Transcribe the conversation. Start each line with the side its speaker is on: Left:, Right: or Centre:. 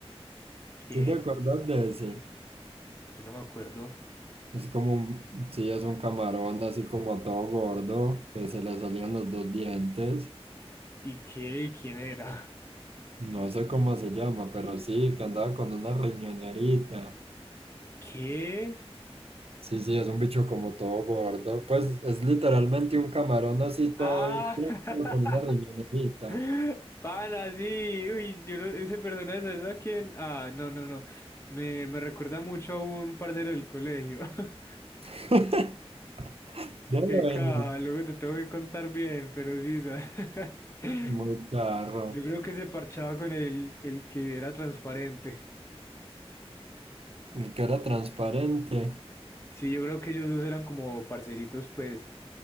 Left: ¿Qué?
Right: ¿Sí te acuerdas de ese?
Left: Yo no me acuerdo.
Right: Es como un, sí, es un camarón así como todo gordo, que se le salían los dos dientes.
Left: ¿Y qué? ¿Y quién era?
Right: No sé cómo se llama, pero sí, que andaba con una riñonerita.
Left: ¿Qué?
Right: Sí, sí, es un bicho como todo gordo. Pues es literalmente un camarón así todo
Left: Ah,
Right: hinchado con una riñonerita.
Left: <laughs> <laughs> Pana, sí, uy, yo no, ese personaje, ¿sabes a quién? Ah, no, no, no. Me, me recuerda mucho a un parcero del colegio. <laughs>
Right: <laughs> De bueno.
Left: Qué caja, luego te tengo que contar bien, pero sí, ¿sabes? <laughs>
Right: Muy claro.
Left: Yo creo que se parchaba con el, el que era transparente.
Right: El que era transparente.
Left: Sí, yo creo que ellos dos eran como parceritos, pues.